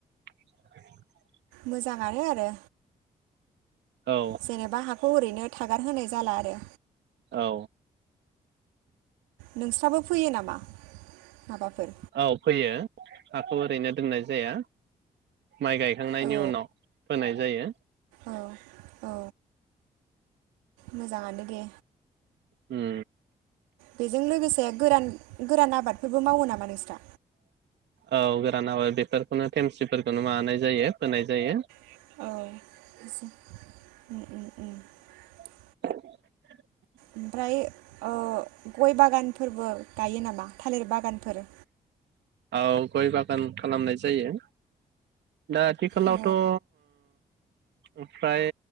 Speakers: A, on the right (about 70°); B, on the right (about 85°).
A: <inaudible>
B: मोजाङानो आरो
A: औ
B: जेनेबा हाखौ ओरैनो थागार होनाय जाला आरो
A: औ
B: नोंस्राबो फोयो नामा? माबाफोर
A: औ फोयो हाखौ ओरैनो दोननाय जाया माय गायखांनायनि
B: औ
A: उनाव फोनाय जायो।
B: औ औ मोजाङानो दे।
A: उम
B: बेजों लोगोसे से गोरान गोरान आबादफोरबो मावो नामा नोंस्रा
A: औ गोरान आबाद बेफोरखौनो थेमसिफोरखौनो मानाय जायो फोनाय जायो।
B: औ
A: <inaudible>
B: ओमफ्राय ओ गय बागानफोरबो गायो नामा थालिर बागानफोर
A: औ गय बागान खालामनाय जायो। दा आथिखालावथ
B: औ
A: ओ ओमफ्राय